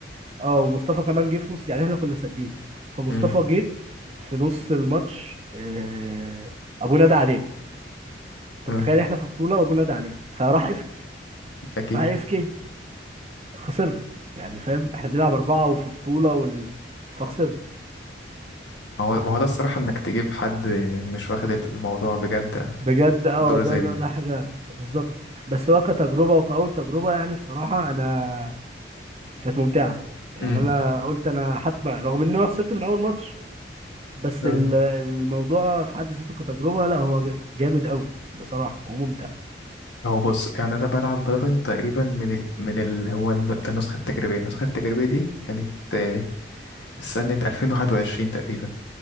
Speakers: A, on the right (about 35°); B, on the left (about 80°).
A: اه ومصطفى كمان جه في نص يعني احنا كنا سادين فمصطفى
B: مم.
A: جه في نص الماتش آه، ابو نادى عليه انت
B: اه.
A: متخيل احنا في بطوله وابو نادى عليه فراح اف
B: اكيد
A: راح اف كي خسرنا يعني فاهم احنا بنلعب اربعه وفي بطوله وال... فخسرنا
B: ما هو ما هو ده الصراحة انك تجيب حد مش واخد الموضوع بجد
A: بجد اه
B: بطولة
A: ده
B: زي
A: ده
B: دي
A: ده حاجه بالظبط بس هو كتجربه وكأول تجربه يعني بصراحه انا كانت ممتعه يعني
B: مم.
A: انا قلت انا حتى رغم ان انا خسرت من اول ماتش بس
B: اه.
A: ال- الموضوع في حد ذاته كتجربة لا هو جامد قوي بصراحة وممتع
B: هو بص يعني انا بلعب فالورنت تقريبا من ال... من ال... هو الن- النسخة التجريبية النسخة التجريبية دي كانت آه، سنة 2021 تقريبا